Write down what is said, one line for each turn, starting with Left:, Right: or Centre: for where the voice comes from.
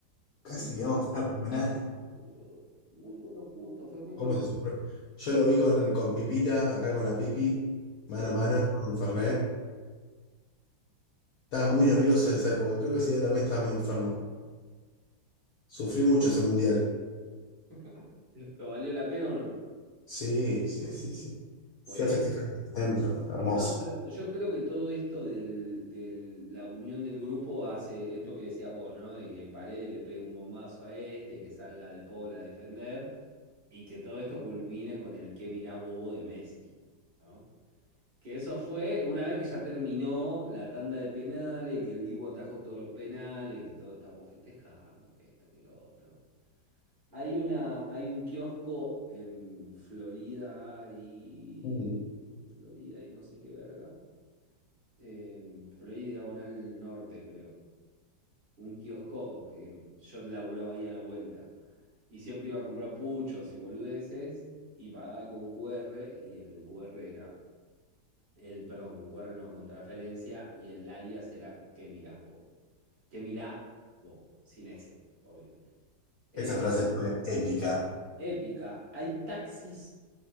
Left: casi
Right: Muy
Left: quedamos
Right: con,
Left: fuera por penales.
Right: boludo, muy con lo justo, fue muy
Left: ¿Cómo
Right: con lo
Left: se
Right: justo.
Left: sufrió? Yo lo vi con, con Pipita, acá con la Pipi,
Right: Sí.
Left: mano a mano, con Fernet. Estaba muy nervioso en esa época, creo que ese día también estaba medio enfermo. Sufrí mucho ese mundial.
Right: <laughs> ¿Pero valió la pena o no?
Left: Sí, sí, sí, sí.
Right: Por
Left: Fui
Right: eso.
Left: a festejar dentro, hermoso.
Right: No, pero yo creo que todo esto del, del- la unión del grupo hace esto que decías vos, ¿no? De que Paredes le pegue un bombazo a este, que salga De Paul a defender y que todo esto culmine con el que mirás bobo de Messi, ¿no? Que eso fue una vez que ya terminó la tanda de penales, que el Dibu atajó todos los penales, que todos estamos festejando, que esto, que lo otro. Hay una, hay un kiosco en Florida y
Left: Mm.
Right: Florida y no sé qué verga eh, Florida y Diagonal Norte, creo. Un kiosco que yo laburaba ahí a la vuelta. Y siempre iba a comprar puchos y boludeces y pagaba con QR y el QR era, el, perdón, con QR no, con transferencia y el alias era que mirás bobo? que mirá bobo? Sin ese, obvio. Eh,
Left: Esa frase fue épica.
Right: épica, hay taxis